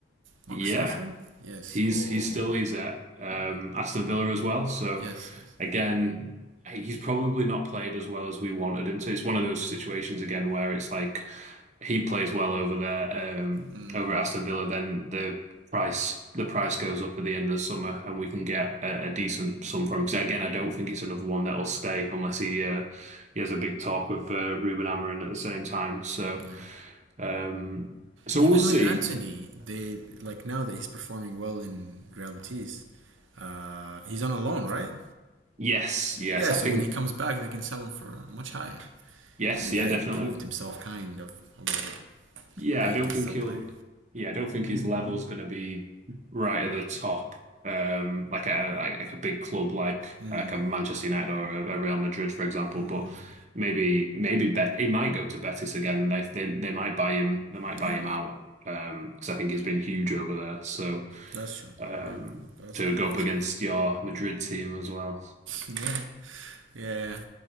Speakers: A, on the right; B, on the right.
A: Marcus
B: Yeah,
A: Rashford. Yes.
B: He's
A: Oh.
B: he's still he's at um, Aston Villa as well. So
A: Yes. Yes.
B: again, hey, he's probably not played as well as we wanted him to. It's one of those situations again where it's like he plays well over there um,
A: Mm,
B: over at Aston Villa, then the price the price goes up at the end of the summer, and we can get a, a decent sum from him. Because again, I don't think it's another one that will stay unless he uh, he has a big talk with uh, Ruben Amorim at the same time. So
A: yeah.
B: um, so
A: Even
B: we'll see.
A: with Anthony, they like now that he's performing well in Real Betis, uh, he's on a loan, right?
B: Yes, yes,
A: Yeah.
B: I
A: So
B: think
A: when he comes back, they can sell him for much higher
B: yes,
A: because the guy
B: yeah, definitely.
A: proved himself kind of a little bit
B: Yeah,
A: that
B: I don't
A: he can
B: think
A: still
B: he'll.
A: play.
B: Yeah, I don't think his level's going to be right at the top. Um, like a like like a big club like
A: Mm,
B: like a Manchester United or a, a Real Madrid, for example.
A: mm,
B: But
A: mm.
B: maybe maybe Bet he might go to Betis again. They they they might buy him. They might
A: yeah.
B: buy him out. Um, because I think he's been huge over there. So
A: That's true.
B: um,
A: Yeah. That's
B: to
A: good.
B: go
A: That's
B: up against your Madrid team as well.
A: good. <laughs> yeah. Yeah.